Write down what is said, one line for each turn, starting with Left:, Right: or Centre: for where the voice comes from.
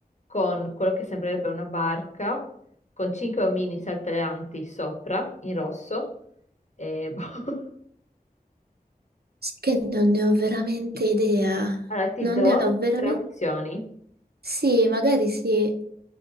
Left: con quello che sembrerebbe una barca con cinque omini saltellanti sopra in rosso. E... boh. <laughs>
Right: Sì che non ne ho veramente idea.
Left: Allora ti
Right: Non
Left: do
Right: ne ho veramente...
Left: tre opzioni:
Right: Sì, magari sì.